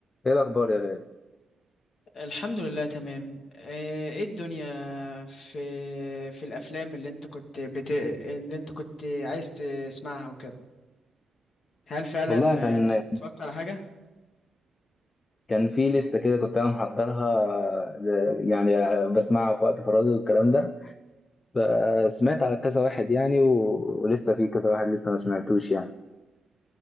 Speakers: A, on the left (about 40°); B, on the left (about 60°).
A: ايه الاخبار يا غالي
B: الحمد لله تمام آه، ايه الدنيا في في الافلام اللي انت كنت بت... اللي انت كنت عايز تسمعها وكده هل فعلا
A: والله كان
B: آه، اتفرجت على حاجة
A: كان في لسته كده كنت انا محضرها ل- يعني بسمعها في وقت فراغي والكلام ده فسمعت على كذا واحد يعني و- ولسه في كذا واحد لسه ما سمعتوش يعني